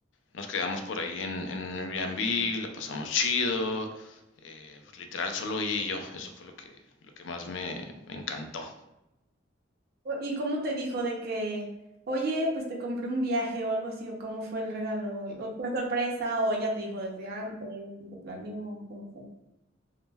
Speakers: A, on the left; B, on the right.
A: nos quedamos por ahí en, en Airbnb, la pasamos chido. eh, pues, literal, solo ella y yo. Eso fue lo que, lo que más me, me encantó.
B: O- ¿Y cómo te dijo de que, oye, pues te compré un viaje o algo así, o cómo fue el regalo? ¿O fue sorpresa o ella te dijo desde antes y lo planeó? ¿Cómo fue?